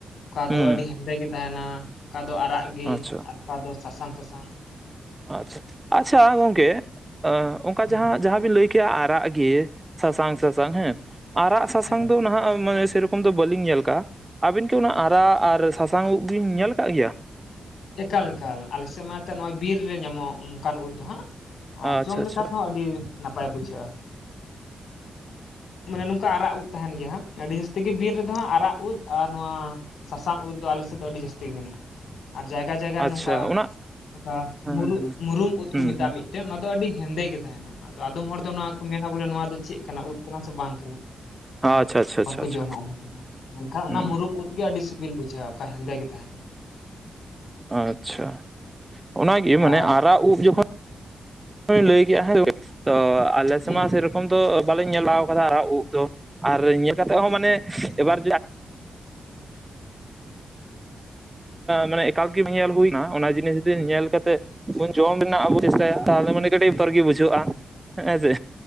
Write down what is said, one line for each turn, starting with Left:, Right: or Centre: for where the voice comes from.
Left: ᱚᱠᱟ
Right: ᱦᱩᱸ
Left: ᱫᱚ ᱟᱹᱰᱤ ᱦᱮᱸᱫᱮ ᱜᱮ ᱛᱟᱦᱮᱱᱟ ᱚᱠᱟ ᱫᱚ ᱟᱨᱟᱜ ᱜᱮ
Right: ᱟᱪᱪᱷᱟ
Left: ᱟᱨ ᱚᱠᱟ ᱫᱚ ᱥᱟᱥᱟᱝ ᱥᱟᱥᱟᱝ ᱾
Right: ᱟᱪᱪᱷᱟ ᱟᱪᱪᱷᱟ ᱜᱚᱝᱠᱮ ᱚᱱᱠᱟ
Left: ᱦᱩᱸ
Right: ᱡᱟᱸᱦᱟᱸ
Left: ᱦᱩᱸ
Right: ᱡᱟᱸᱦᱟᱸ ᱞᱟᱹᱭ ᱠᱮᱜᱼᱟ ᱟᱨᱟᱜ ᱜᱮ ᱥᱟᱥᱟᱝ ᱥᱟᱥᱟᱝ ᱦᱮᱸ ᱟᱨᱟᱜ ᱥᱟᱥᱟᱝ
Left: ᱮᱠᱟᱞ
Right: ᱫᱚ ᱱᱟᱦᱟᱜ ᱢᱟᱱᱮ ᱥᱮᱨᱚᱠᱚᱢ <inaudible> ᱫᱚ ᱵᱟᱹᱞᱤᱧ ᱧᱮᱞ ᱠᱟᱜᱼᱟ ᱟᱹᱵᱤᱱ ᱠᱤ ᱚᱱᱟ ᱟᱨᱟᱜ ᱟᱨ ᱥᱟᱥᱟᱝ ᱩᱫ ᱵᱤᱱ ᱧᱮᱞ ᱠᱟᱜ ᱜᱮᱭᱟ?
Left: ᱮᱠᱟᱞ ᱮᱠᱟᱞ ᱟᱞᱮ ᱥᱮᱜᱢᱟ ᱮᱱᱛᱮ ᱵᱤᱨ ᱨᱮ ᱧᱟᱢᱚᱜ ᱾ ᱚᱱᱠᱟᱱ ᱩᱫ ᱫᱚ ᱦᱟᱸᱜ᱾ ᱟᱨ
Right: ᱟᱪᱪᱷᱟ
Left: ᱡᱚᱢ ᱞᱮᱠᱟ
Right: ᱟᱪᱪᱷᱟ
Left: ᱛᱮᱦᱚᱸ ᱟᱹᱰᱤ ᱱᱟᱯᱟᱭ ᱵᱩᱡᱷᱟᱹᱜᱼᱟ ᱾ ᱢᱟᱱᱮ ᱱᱚᱝᱠᱟ ᱟᱨᱟᱜ ᱩᱫ ᱛᱟᱦᱮᱱ ᱜᱮᱭᱟ ᱦᱟᱸᱜ ᱟᱹᱰᱤ ᱡᱟᱹᱥᱛᱤ ᱜᱮ ᱵᱤᱨ ᱨᱮᱫᱚ ᱦᱟᱸᱜ ᱟᱨᱟᱜ ᱩᱫ ᱟᱨ ᱱᱚᱣᱟ, ᱥᱟᱥᱟᱝ ᱩᱫ ᱫᱚ ᱟᱞᱮ ᱥᱮᱫ ᱫᱚ ᱟᱹᱰᱤ ᱡᱟᱹᱥᱛᱤ ᱜᱮ ᱢᱮᱱᱟᱜᱼᱟ ᱾ ᱟᱨ ᱡᱟᱭᱜᱟ ᱡᱟᱭᱜᱟ ᱨᱮ
Right: ᱟᱪᱪᱷᱟ
Left: ᱱᱚᱝᱠᱟ
Right: ᱚᱱᱟ
Left: ᱚᱠᱟ
Right: ᱦᱮᱸ
Left: ᱢᱩᱨᱩᱢ
Right: ᱦᱮᱸ
Left: ᱢᱩᱨᱩᱢ ᱩᱫ
Right: ᱦᱩᱸ
Left: ᱠᱚ ᱢᱮᱛᱟᱜᱼᱟ
Right: ᱦᱩᱸ
Left: ᱢᱤᱫᱴᱮᱱ ᱾ ᱚᱱᱟ ᱫᱚ ᱟᱹᱰᱤ ᱦᱮᱸᱫᱮ ᱜᱮ ᱛᱟᱦᱮᱱᱟ ᱟᱫᱚ ᱟᱫᱚᱢ ᱦᱚᱲ ᱫᱚ ᱱᱚᱣᱟ ᱠᱚ ᱢᱮᱱ ᱛᱟᱵᱚᱞᱮ ᱱᱚᱣᱟ ᱫᱚ ᱪᱮᱫ ᱠᱟᱱᱟ ᱩᱫ ᱠᱟᱱᱟ ᱥᱮ ᱵᱟᱝ ᱠᱟᱱᱟ ᱟᱫᱚ
Right: ᱟᱪᱪᱷᱟ ᱟᱪᱪᱷᱟ
Left: ᱵᱟᱠᱚ
Right: ᱟᱪᱪᱷᱟ ᱟᱪᱪᱷᱟ
Left: ᱡᱚᱢᱟ ᱚᱱᱟ ᱠᱚ᱾ ᱢᱮᱱᱠᱷᱟᱱ ᱚᱱᱟ
Right: ᱦᱩᱸ
Left: ᱢᱩᱨᱩᱢ ᱩᱫ ᱜᱮ ᱟᱹᱰᱤ ᱥᱤᱵᱤᱞ ᱜᱮ ᱵᱩᱡᱷᱟᱹᱜᱼᱟ ᱚᱠᱟ ᱦᱮᱸᱫᱮ ᱜᱮ ᱛᱟᱦᱮᱱ ᱾
Right: ᱟᱪᱪᱷᱟ ᱚᱱᱟ ᱜᱮ ᱢᱟᱱᱮ
Left: ᱟᱨ
Right: ᱟᱨᱟᱜ ᱩᱫ ᱡᱚᱠᱷᱚᱱ ᱞᱟᱹᱭ ᱠᱮᱜᱼᱟ <inaudible> ᱛᱚ ᱟᱞᱮ
Left: ᱦᱩᱸ
Right: ᱥᱮᱢᱟ
Left: ᱦᱩᱸ
Right: ᱥᱮᱨᱚ ᱨᱚᱠᱚᱢ ᱫᱚ ᱵᱟᱹᱞᱤᱧ ᱧᱮᱞᱟ ᱠᱟᱫᱟ ᱟᱨᱟᱜ ᱩᱫ ᱫᱚ ᱟᱨ ᱧᱮᱞ ᱠᱟᱛᱮ ᱦᱚᱸ ᱢᱟᱱᱮ
Left: ᱮᱠᱟᱞ
Right: ᱮᱵᱟᱨ ᱢᱟᱱᱮ ᱮᱠᱟᱞ ᱜᱮ ᱧᱮᱞ ᱦᱩᱭ ᱠᱟᱱᱟ ᱚᱱᱟ ᱡᱤᱱᱤᱥ ᱡᱩᱫᱤ ᱧᱮᱞ ᱠᱟᱛᱮᱜ ᱵᱚᱱ ᱡᱚᱢ ᱨᱮᱱᱟᱜ ᱟᱵᱚ ᱪᱮᱥᱴᱟᱭᱟ ᱛᱟᱦᱚᱞᱮ ᱢᱟᱱᱮ ᱠᱟᱹᱴᱤᱡ ᱵᱚᱛᱚᱨ ᱜᱮ ᱵᱩᱡᱷᱟᱹᱜᱼᱟ ᱦᱮᱸᱥᱮ